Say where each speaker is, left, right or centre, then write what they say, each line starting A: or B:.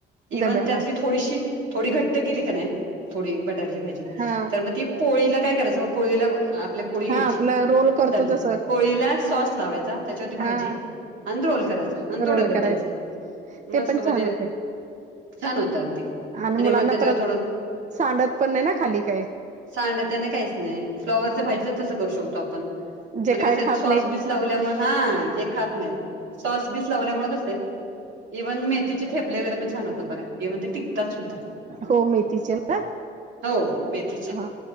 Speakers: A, on the right; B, on the right.
A: इव्हन
B: डब्याला
A: त्यातली थोडीशी थोडी घट्ट केली क नाय, थोडी बटाट्याची भाजी
B: हा
A: तर मग ती पोळीला काय करायचं मग पोळीला आपल्या पोडी घ्यायची
B: हा आपलं रोल करतो
A: <unintelligible>
B: तस
A: पोळीला सॉस लावाय चा त्याच्यावरती भाजी
B: हा
A: आन तो रोल करायचा आन तो
B: रोल
A: डब्यात
B: करायचं
A: द्यायचा.
B: ते
A: मस्त
B: पण
A: म्हणजे
B: छान होतय.
A: छान होतं अगदी
B: आणि मुलांना
A: मग त्याच्यावर
B: परत
A: थोडं
B: सांडत पण नाही ना खाली काय.
A: सांडत नाय काहीच नाही फ्लॉवरच्या भाजी तसं करू शकतो आपण म्हणजे
B: जे काय
A: कसय
B: खात
A: ते सॉस
B: नाहीत
A: बीस लावल्यामुळे हा जे खात नाहीत, सॉस-बीस लावल्यामुळे कसय इव्हन मेथीचे थेपले वगैरे पण छान होतात बघा, इव्हन ते टिकतात सुद्धा.
B: हो मेथीचे ना
A: हो मीच
B: हा